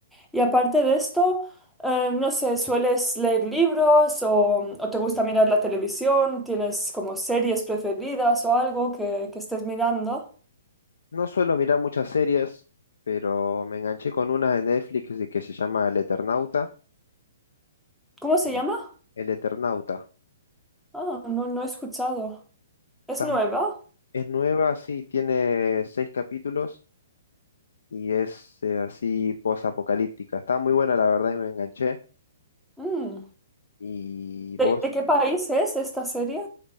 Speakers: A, in the centre; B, on the left.
A: Y aparte de esto, eh, no sé, ¿sueles leer libros o, o te gusta mirar la televisión? ¿Tienes como series preferidas o algo que, que estés mirando?
B: No suelo mirar muchas series, pero me enganché con una de Netflix y que se llama El Eternauta.
A: ¿Cómo
B: Pero-
A: se llama?
B: El Eternauta.
A: Ah, no, no he escuchado. ¿Es
B: Está
A: nueva?
B: mu- es nueva, sí, tiene seis capítulos y es eh, así posapocalíptica. Está muy buena, la verdad, y me enganché.
A: Mm.
B: Y vos,
A: ¿De, de qué país es esta serie?